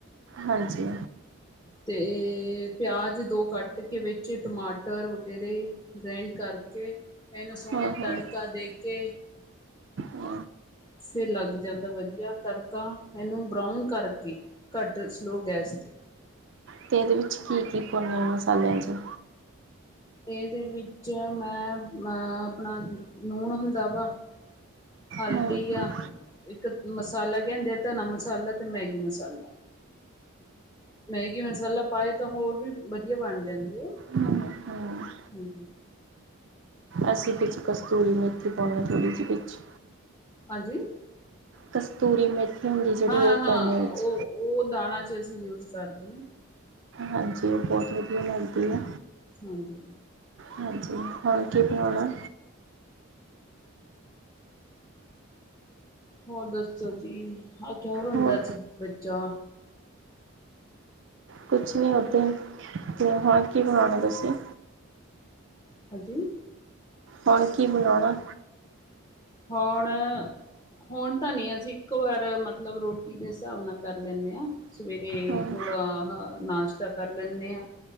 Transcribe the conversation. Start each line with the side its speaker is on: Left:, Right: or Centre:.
Right: ਹਾਂਜੀ
Left: ਤੇ ਪਿਆਜ ਦੋ ਕੱਟ ਕੇ, ਵਿੱਚ ਟਮਾਟਰ ਵਗੈਰੇ ਗ੍ਰੈਂਡ ਕਰਕੇ ਇਹਨੂੰ ਸੋਹਣਾ
Right: ਹੂੰ ਹੂੰ
Left: ਤੜਕਾ ਦੇ ਅਤੇ
Right: ਵ
Left: ਫਿਰ ਲੱਗ ਜਾਂਦਾ। ਵਧੀਆ ਤੜਕਾ ਇਹਨੂੰ ਬਰਾਊਨ ਕਰਕੇ ਘੱਟ ਸਲੋ ਗੈਸ ਤੇ
Right: ਅਤੇ ਇਹਦੇ ਵਿੱਚ ਕੀ-ਕੀ ਪਾਉਂਦੇ ਹ ਮਸਾਲਿਆਂ 'ਚ
Left: ਇਹਦੇ ਵਿੱਚ ਮੈਂ ਆਪਣਾ ਲੂਣ ਹੁੰਦਾ ਵਾ, ਹਲਦੀ
Right: ਹੂੰ ਹੂੰ
Left: ਆ ਇੱਕ ਮਸਾਲਾ ਕਹਿੰਦੇ ਆ। ਧਨਾ ਮਸਾਲਾ ਤੇ ਮੈਗੀ ਮਸਾਲਾ ਮੈਗੀ ਮਸਾਲਾ ਪਾਏ ਤਾਂ ਹੋਰ ਵੀ, ਵਧੀਆ ਬਣ ਜਾਂਦੇ ਆ।
Right: ਹੂੰ ਹੂੰ
Left: ਹਾਂਜੀ
Right: ਅਸੀਂ ਵਿੱਚ ਕਸਤੂਰੀ ਮੇਥੀ ਪਾਉਦੇ ਥੜ੍ਹੀ ਜਿਹੀ ਵਿੱਚ
Left: ਹਾਂਜੀ
Right: ਕਸਤੂਰੀ ਮੇਥੀ ਹੁੰਦੀ ਜਿਹੜੀ
Left: ਹਾਂ
Right: ਉਹ
Left: ਹਾਂ
Right: ਪਾਉਂਦੇ ਆ ਵਿੱਚ
Left: ਉਹ ਉਹ ਦਾਲਾਂ ਚ, ਅਸੀਂ ਯੂਜ ਕਰਦੇ ਹਾਂ।
Right: ਹਾਂਜੀ ਉਹ ਬਹੁਤ ਵਧੀਆ ਲੱਗਦੀ ਆ।
Left: ਹਾਂਜੀ-ਹਾਂਜੀ
Right: ਹਾਂਜੀ ਹੋਰ ਕੀ, ਬਣਾਉਣਾ
Left: ਹੋਰ ਦੱਸੋ ਜੀ, ਆਹ ਕਿਉ ਰੋਂਦਾ
Right: ਹੋਰ
Left: ਸੀ ਬੱਚਾ
Right: ਕੁਛ ਨਹੀ ਓਹ ਤੇ ਹੁਣ ਕੀ ਬਣਾਉਣਾ ਤੁਸੀਂ?
Left: ਹਾਂਜੀ।
Right: ਹੁਣ ਕੀ ਬਣਾਉਣਾ?
Left: ਹੁਣ, ਹੁਣ ਤਾਂ ਨੀ ਅਸੀਂ ਇੱਕੋ ਵਾਰ ਮਤਲਬ ਰੋਟੀ ਦੇ ਹਿਸਾਬ ਨਾਲ ਕਰ ਲੈਂਣੇ ਹਾਂ। ਸਵੇਰੇ
Right: ਹਮ
Left: ਥੋੜ੍ਹਾ ਨਾਸ਼ਤਾ ਕਰ ਲੈਂਣੇ ਹਾਂ।